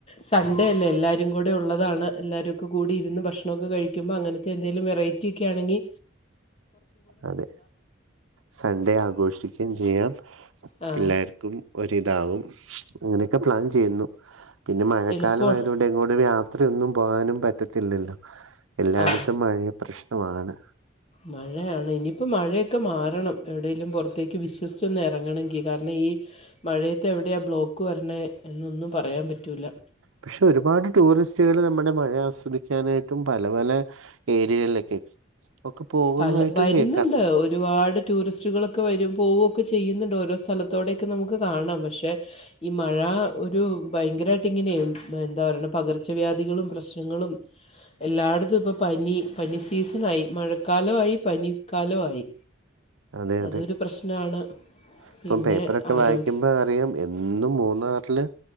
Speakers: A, on the left; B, on the right.
A: സ പണ്ടേല്ലേ എല്ലാരും കൂടെ ഉള്ളതാണ് എല്ലാരും ഒക്കെ കൂടി ഇരുന്ന് ഭക്ഷണാക്കെ കഴിക്കുമ്പോൾ അങ്ങനത്തെ എന്തേലിലും വെറൈ റ്റിക്കെ ആണെങ്കി
B: അതെ സൺഡേ ആഘോഷിക്കുകയും ചെയ്യാം
A: ആ
B: പിള്ളേർക്കും ഒരിതാവും. അങ്ങനെയൊക്കെ പ്ലാൻ ചെയ്യുന്നു. പിന്നെ മഴക്കാലം
A: എളുപ്പമാണ്
B: ആയതുകൊണ്ട് എങ്ങോട്ടേലും യാത് ത്രയൊന്നും പോകാനും പറ്റത്തില്ലല്ലോ. എല്ലായിടത്തും
A: ആ
B: മഴയും പ്രശ്നമാണ്.
A: മഴയാണ്. ഇനിയിപ്പോ മഴയൊക്കെ മാറണം എവിടേലും പുറത്തേക്ക് വിശ്വസിച്ച് ന്ന് എറങ്ങണെങ്കി. കാരണം ഈ മഴയത്തെവിടെയാ ബ്ലോക്ക് വരണെ എന്നൊന്നും പറയാൻ പറ്റൂല്ല.
B: പക്ഷെ ഒരുപാട് ടൂറിസ്റ്റുകൾ നമ്മുടെ മഴ ആസ്വദിക്കാനായിട്ടും പല പല ഏരിയകളിലൊക്കെ ഒക്കെ പോകുന്നതായിട്ടും
A: പല വരുന്നുണ്ട്
B: കേക്കാം.
A: ഒരുപാട് ടൂറിസ്റ്റുകളൊക്കെ വരും പോകുകൊക്കെ ചെയ്യുന്നുണ്ട് ഓരോ സ്ഥലത്തോടെയൊക്കെ നമുക്ക് കാണാം. പക്ഷേ ഈ മഴ ഒരു ഭയങ്കരമായിട്ട് ഇങ്ങനെ എന്താ പറയ പകർച്ചവ്യാധികളും പ്രശ്നങ്ങളും.
B: ഊ.
A: എല്ലായിടത്തും ഇപ്പോൾ പനി പനി സീസണായി. മഴക്കാലൊ ആയി പനിക്കാലോ ആയി.
B: അതെ
A: അതൊരു
B: അതെ
A: പ്രശ്നാണ്.
B: ഇപ്പം
A: പിന്നെ
B: പേപ്പറൊക്കെ
A: ആരോഗ്യ
B: വായിക്കുമ്പോ അറിയാം. എന്നും മൂന്നാറില്